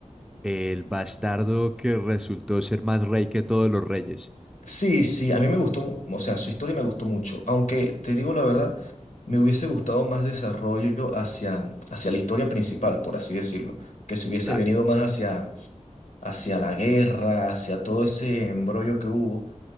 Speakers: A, in the centre; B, on the left.
A: el bastardo que resultó ser más rey que todos los reyes.
B: Sí, sí, a mí me gustó, mu- o sea, su historia me gustó mucho, aunque te digo la verdad, me hubiese gustado más desarrollo hacia, hacia la historia principal, por así decirlo, que se hubiese
A: Claro,
B: venido más hacia, hacia la guerra, hacia todo ese embrollo que hubo